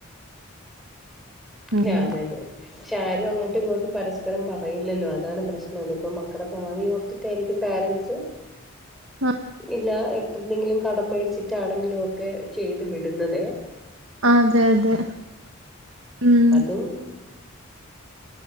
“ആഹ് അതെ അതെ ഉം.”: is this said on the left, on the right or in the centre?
Right